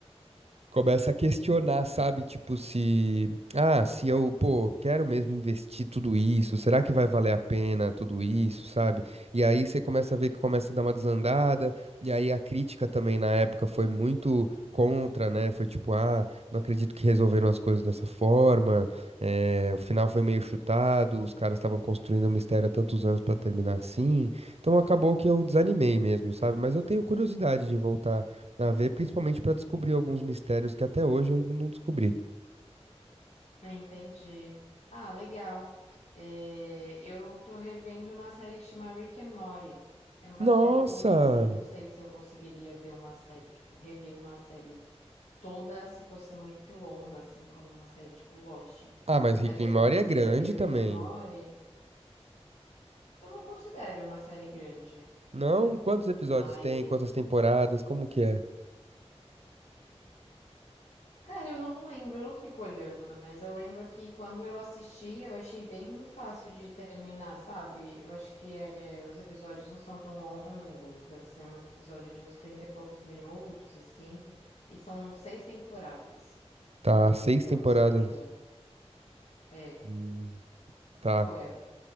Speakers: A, on the right; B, on the left.
A: Começa a questionar, sabe? Tipo, se, ah, se eu, pô, quero mesmo investir tudo isso, será que vai valer a pena tudo isso, sabe? E aí você começa a ver que começa a dar uma desandada, e aí a crítica também na época foi muito contra, né? Foi tipo, ah, não acredito que resolveram as coisas dessa forma, eh, o final foi meio chutado, os caras estavam construindo o mistério há tantos anos pra terminar assim, então acabou que eu desanimei mesmo, sabe? Mas eu tenho curiosidade de voltar a ver, principalmente pra descobrir alguns mistérios que até hoje eu não descobri.
B: Ah, Entendi. Ah, legal. É, eu tô revendo uma série que chama Rick and Morty. É uma
A: Nossa!
B: série curta, assim. Eu não sei se eu conseguiria ver uma série, tipo, rever uma série toda se fosse muito longa, assim, como uma série tipo Lost.
A: Ah, mas Rick
B: Mas aí
A: and
B: eu
A: Morty
B: comecei
A: é grande
B: a rever
A: também.
B: Rick and Morty. que Eu não considero uma série grande,
A: Não? Quantos episódios
B: mas
A: tem? Quantas temporadas? Como que é?
B: Cara, eu não lembro, eu não fico olhando, mas eu lembro que quando eu assisti, eu achei bem fácil de terminar, sabe? Eu acho que é, os episódios não são tão longos, deve ser um episódio de uns 30 e poucos minutos, assim, e são seis temporadas,
A: Tá, seis
B: eu-
A: temporadas.
B: se eu não me engano. É,
A: Hum, tá.
B: pô, é